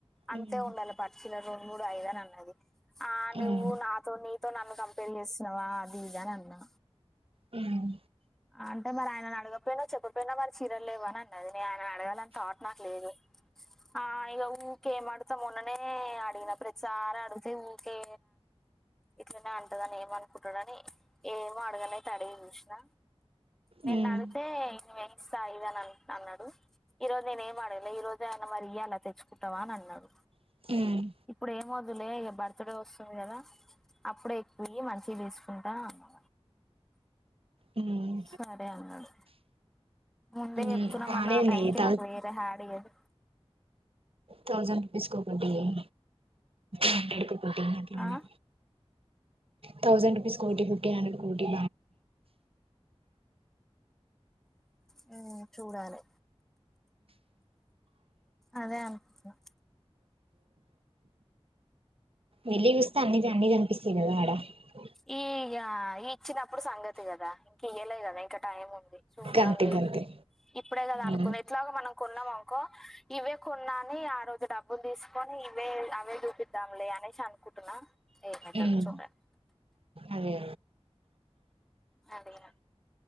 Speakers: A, in the centre; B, on the right.
A: అంతే
B: ఉమ్
A: ఉండాలి పట్టు చీరలు రెండు మూడు ఐదుని అన్నది ఆ
B: ఉమ్
A: నువ్వు నాతో నీతో నన్ను కంపేర్ చేస్తున్నావా అది ఇది అన్నది
B: ఉమ్
A: అంటే మరి ఆయన అడగకపోయినా చెప్పకపోయినా మరి చీరలు లేవా అని అన్నది నేను ఆయనను అడగాలని థాట్ నాకు లేదు ఆ ఇగా ఊకే ఏం అడుగుతావ్ మొన్ననే అడిగిన ప్రతిసారి అడుగితే ఊకే ఇట్లనే అంటదని ఏమ అనుకుంటాడని ఏమో అడగనే అయితే అడిగి చూసినా నిన్న
B: ఉమ్
A: అడిగితే న వేయిస్తా ఇదని అ అన్నాడు ఈ రోజు నేను ఏం ఆడగలా ఈ రోజు ఆయన మరి ఇయ్య అలా తెచ్చుకుంటావా అని అన్నాడు
B: ఉమ్
A: ఇప్పుడు ఏమ వద్దులే ఇక బర్త్ డే వస్తుంది గదా అప్పుడే ఎక్కువవి మంచిగా తీసుకుంటా అన్నా
B: ఉమ్
A: సరే అన్నాడు ముందే
B: ఉమ్
A: తున్నా
B: బానే
A: మళ్ళ ఆ
B: ఉన్నాయి
A: టైం కి
B: థౌ
A: నాకు వేరే హ్యాడ్ ఇయ్యద్
B: థౌసండ్ రుపీస్ కోటీ ఫిఫటీన్ హండ్రెడ్ కోటీ
A: ఆ
B: థౌసండ్ రుపీస్ కోటీ ఫిఫటీన్ హండ్రెడ్ కోటీ
A: హ్మ్మ్ చూడాలి అదే అనుకున్నా
B: వెళ్లి చుస్తే అన్ని అన్ని కనిపిస్తదా ఆడా డ
A: ఈ ఇగా ఇచ్చినప్పుడు సంగతి కదా ఇంక ఇయ్యలే గదా ఇంకా టైమ్ ఉంది చూద్దాంలే
B: గంతే గంతే
A: ఇప్పుడే గదా అనుకుంది
B: ఉమ్
A: ఎట్లాగా మనం కొన్నాం అనుకో ఇవే కొన్నాని ఆ రోజు డబ్బులు తీసుకొని ఇవే అవే చూపిద్దాం లే అనేసి అనుకుంటున్నా ఏమవుతదో
B: ఉమ్
A: చూడలి
B: అదే
A: అదేగా